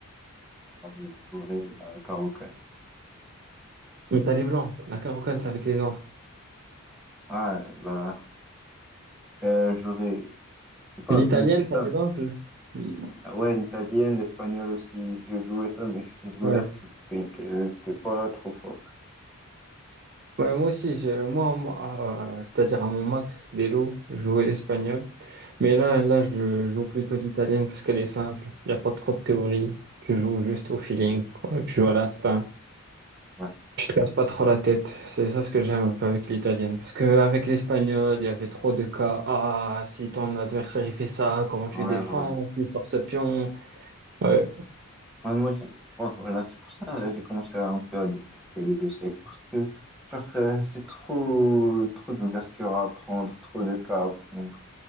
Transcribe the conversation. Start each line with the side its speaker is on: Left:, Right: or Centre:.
Centre: bah, je jouerai la carocane.
Right: Mais t'as les blancs. La Carocane, c'est avec les noirs.
Centre: Ah, bah, euh, j'aurais, je sais pas,
Right: L'italienne,
Centre: Gambita.
Right: par exemple. l-
Centre: Ah ouais, l'italienne, l'espagnol aussi, je jouais ça, mais <laughs> j'ai découvert
Right: Ouais.
Centre: que, que- que c'était pas trop fort.
Right: Ouais, moi aussi, je- moi, moi, euh, c'est-à-dire à mon max des lots, je jouais l'espagnol. Mais là, là, je, le- je joue plutôt l'italienne parce qu'elle est simple. Il n'y a pas trop de théorie. Tu joues juste au feeling, quoi. Tu joues à l'instinct.
Centre: Ouais,
Right: Tu te casses pas trop la tête. C'est ça ce que j'aime un peu avec l'italienne. Parce qu'avec l'espagnol, il y avait trop de cas. Ah, si ton adversaire il fait ça, comment tu
Centre: ouais,
Right: défends?
Centre: voilà.
Right: Il sort ce pion. Ouais.
Centre: Ouais, moi, j'ai- ouais, voilà, c'est pour ça euh, j'ai commencé à- un peu à détester les échecs parce que genre euh, c'est trop trop d'ouverture à apprendre trop de cas à prendre.